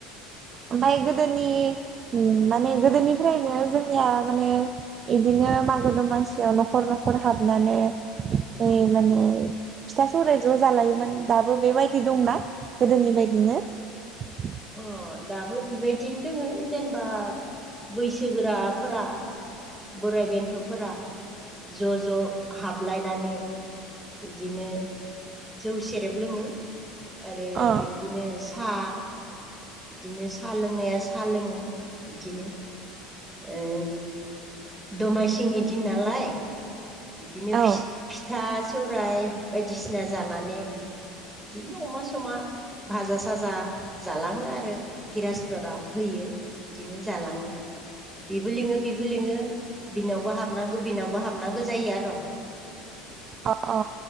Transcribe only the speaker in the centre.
अ दाबो बेबायदिनो दोङो जेनेबा बैसोगोराफोरा बोराय बेन्थ'फोरा ज' ज' हाबलायनानै इदिनो जौ सेरेब लोङो आरो
इदिनो हा इदिनो सा लोंनाया सा लोङो इदिनो। ओ दमासिंनि दिन नालाय। इदिनो फिस
फिथा सौराय बायदिसिना जानानै इदिनो अमा समा भाजा साजा जालाङो आरो गिरासथरा होयो बिदिनो जालाङो। बिबो लिङो बिबो लिङो। बिनावबो हाबनांगौ बिनावबो हाबनांगौ जायो आर'।